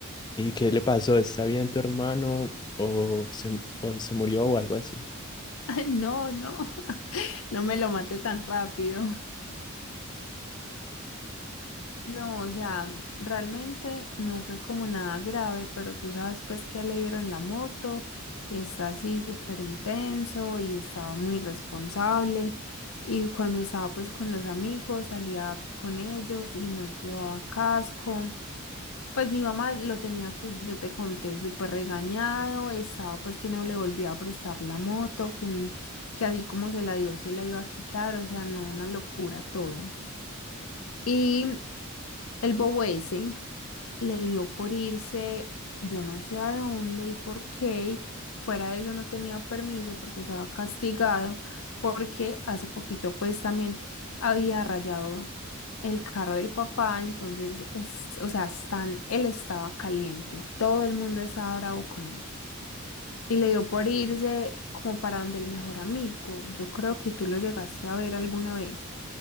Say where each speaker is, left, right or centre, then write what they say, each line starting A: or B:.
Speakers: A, on the left; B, on the left.
A: ¿Y qué le pasó? ¿Está bien tu hermano o se, o se murió o algo así?
B: <laughs> No, no, no me lo maté tan rápido. No, o sea, realmente no fue como nada grave, pero tú sabes pues que le dieron la moto y está así súper intenso y estaba muy responsable y cuando estaba pues con los amigos salía con ellos y no llevaba casco. Pues mi mamá lo tenía, tú- yo te conté, súper regañado, estaba pues que no le volvía a prestar la moto, que que así como se la dio, se la iba a quitar, o sea, no, una locura todo. Y el bobo ese le dio por irse, yo no sé a dónde y por qué, y fuera de eso no tenía permiso porque estaba castigado, porque hace poquito pues también había rayado el carro del papá, entonces, es, o sea, están, él estaba caliente, todo el mundo estaba bravo con él. Y le dio por irse como para donde el mejor amigo. Yo creo que tú lo llegaste a ver alguna vez.